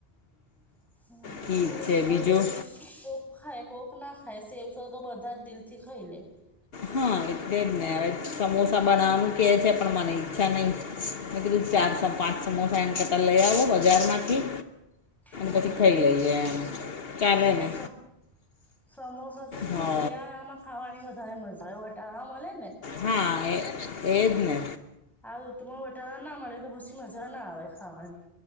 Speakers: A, in the centre; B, on the left.
A: <unintelligible>
B: ઠીક છે બીજું
A: કોક ખાય કોક ના ખાય સેવસર તો બધા જ દિલ થી ખાઈ લે
B: હા એટલે જ ને હવે સમોસા બનાવવાનું કે છે પણ મને ઈચ્છા નહી મેં કીધું ચારસો પાંચસ એન કરતા લઈ આવો બજાર માંથી
A: હા
B: પછી ખાઇ લેજે એમ ચાલે
A: સમોસા
B: ને
A: સમોસા તો શું
B: હ
A: શિયાળામાં ખાવાની વધારે મજા આવે વટાણા મળે ને
B: હા એ એજ ને
A: આ ઋતુમાં વટાણા ના મળે તો પછી મજા ના આવે ખાવાની